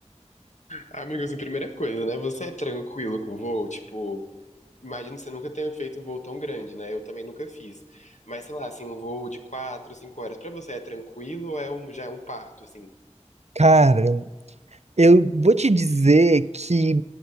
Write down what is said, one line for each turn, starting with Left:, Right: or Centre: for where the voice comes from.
Left: Amigo, assim, primeira coisa, né? Você é tranquilo com voo? Tipo, imagino que você nunca tenha feito um voo tão grande, né? Eu também nunca fiz. Mas, sei lá, assim, um voo de quatro, cinco horas, pra você é tranquilo ou é um, já é um parto, assim?
Right: Cara, eu vou te dizer que